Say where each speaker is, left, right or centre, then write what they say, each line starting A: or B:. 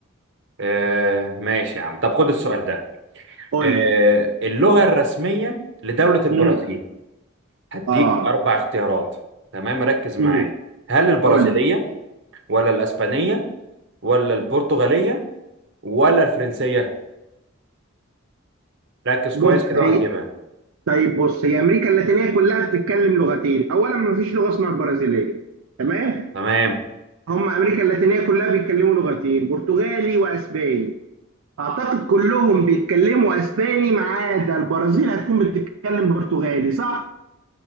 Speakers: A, on the right (about 60°); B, on the right (about 85°).
A: آه ماشي يا عم طب خد السؤال ده
B: قول
A: آه،
B: لي
A: اللغة الرسمية لدولة البرازيل
B: مم.
A: هديك
B: اه
A: أربع اختيارات تمام ركز معايا
B: مم.
A: هل البرازيلية
B: قول لي
A: ولا الأسبانية ولا البرتغالية ولا الفرنسية ركز
B: بص
A: كويس كده
B: هي
A: وهتجيبها
B: طيب بص هي امريكا اللاتينيه كلها بتتكلم لغتين اولا ما فيش لغه اسمها البرازيليه تمام
A: تمام
B: هم امريكا اللاتينيه كلها بيتكلموا لغتين برتغالي واسباني اعتقد كلهم بيتكلموا اسباني ما عدا البرازيل هتكون بتتكلم برتغالي صح